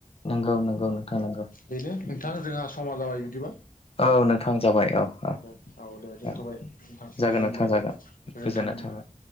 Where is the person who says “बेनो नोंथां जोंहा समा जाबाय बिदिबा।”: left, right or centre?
Left